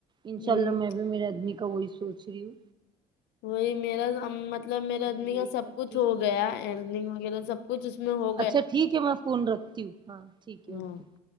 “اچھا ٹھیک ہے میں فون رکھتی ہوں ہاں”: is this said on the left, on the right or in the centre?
Right